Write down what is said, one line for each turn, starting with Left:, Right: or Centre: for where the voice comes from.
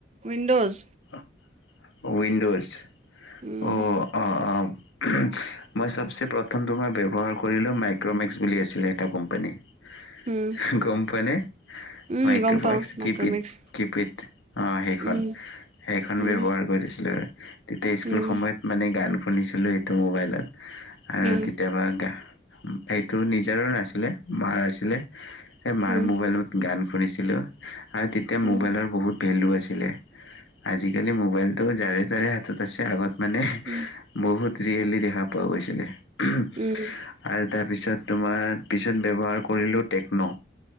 Right: উইণ্ড'জ
Left: অ উইণ্ডজ।
Right: উম,
Left: অ অহ অহ উহুম মই চবচে প্ৰথমটো মই ব্যৱহাৰ কৰিলোঁ মাইক্ৰ'মেক্স বুলি আছিলে এটা কোম্পানী এহ
Right: উম,
Left: হে গম পোৱানে
Right: উম,
Left: মাইক্ৰভইক্স
Right: গম পাওঁ মাইক্ৰ'মেক্স
Left: কি পেড কি পেড আহ সেইখন
Right: উম,
Left: সেইখন
Right: উম,
Left: ব্যৱহাৰ কৰিছিলো আৰু। তেতিয়া স্কুল
Right: উম,
Left: সময়ত মানে গান শুনিছিলোঁ এইটো মোবাইলত আৰু
Right: উম, উম,
Left: কেতিয়াবা গা এইটো নিজৰো নাছিলে মাৰ আছিলে, সেই মাৰ
Right: উম,
Left: মোবাইলত গান শুনিছিলোঁ আৰু তেতিয়া মোবাইলৰ
Right: উম,
Left: বহুত ভেলু আছিলে আজি-কালি মোবাইলটো যাৰে তাৰে হাতত আছে, আগত মানে
Right: উম,
Left: বহুত ৰিয়েলি দেখা পোৱা গৈছিলে উহুম
Right: উম,
Left: আৰু তাৰপিছত তোমাৰ পিছত ব্যৱহাৰ কৰিলোঁ টেক্ন'